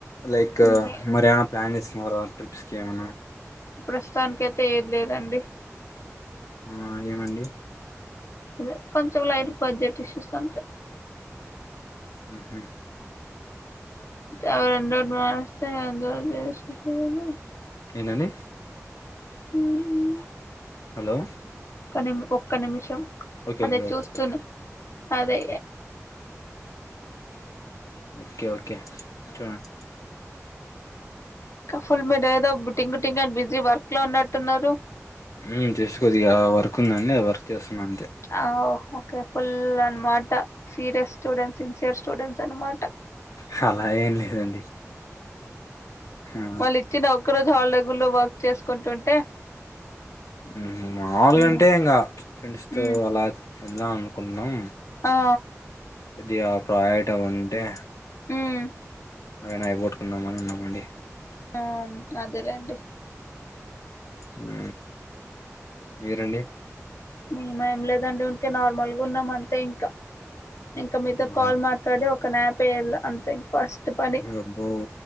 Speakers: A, on the left; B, on the left.
A: లైక్
B: ఇంకే
A: మరెమన ప్లాన్ చేసుకున్నార ట్రిప్స్ కేమనా
B: ప్రస్తుతానినకి అయితే ఏది లేదండి
A: ఆ ఏమండి
B: ఇద కొంచెంలైట్ బడ్జెట్ ఇష్యూస్ అంతే
A: ఉంహు
B: దా అన్డు బస్తే అందరూ చేస్తే కన
A: ఏటండీ
B: హుమ్హు
A: హలో
B: ఒక్క నిమ్ ఒక్క నిమిషం
A: ఓకే
B: అదే
A: ఓకే
B: చూస్తుూన
A: ఓకే
B: అదే
A: ఓకే ఓకే ఓక్ కే చూడండి
B: కఫుల్ మీద ఏదో టింగ్ టింగ్ అని బిజీ వర్క్ లో అన్నట్టున్నారు
A: ఉ చేసుకోద్దు ఇగ వర్క్ ఉందండి అ వర్క్ చేస్తున్నా అంతే
B: ఆ ఓకే ఫుల్ అన్ మాట సీరియస్ స్టూడెంట్స్ సిన్సియర్ స్టూడెంట్స్ అనమాట
A: హలా ఏం లేదండి ఆ
B: మళ్ళీ ఇచ్చినావు ఒక్క రోజు హాలి డే గూడు లే వర్క్ చేసుకుంటుంటే
A: ఉహు మాములుగా
B: మ్మ్
A: అంటే ఇంగా ఫ్రెండ్స్ తో
B: మ్మ్
A: అలా ఇద్దాం అనుకున్నాం
B: ఆ
A: ఇది ఆ ప్రయటం అంటే
B: ఉమ్
A: అయనా అవి పోట్టుకుందామని ఉన్నామండి
B: ఆ అదే లేండి
A: ఉ మీర్ అండి
B: మేమ ఏం లేదండి ఉంకే నార్మల్గా ఉన్నాం అంతే ఇంకా ఇంకా మీతో
A: ఓహో
B: కాల్ మాట్లాడి ఒక్ కానాపేరుల అంతే ఇంకా ఫస్ట్ ఎట్ పని
A: అబ్బో